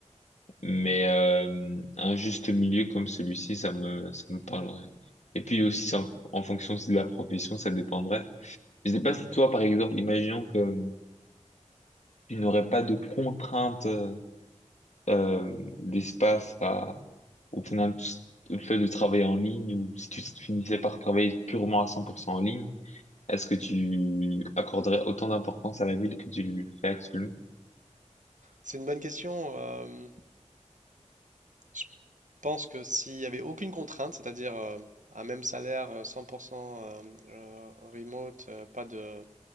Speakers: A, on the left (about 65°); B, on the right (about 85°).
A: Mais euh, un juste milieu comme celui-ci, ça me, ça me parlerait. Et puis aussi, c'est en, en fonction aussi de la profession, ça dépendrait. Je sais pas si toi, par exemple, imaginons que euh, tu n'aurais pas de contraintes euh, euh, d'espace à, au final, tout ce- le fait de travailler en ligne ou si tu finissais par travailler purement à 100% en ligne, Est-ce que tu accorderais autant d'importance à la ville que tu le fais actuellement?
B: C'est une bonne question. euh, Je pense que s'il n'y avait aucune contrainte, c'est-à-dire euh, un même salaire, euh, 100% euh, euh, remote, euh, pas de,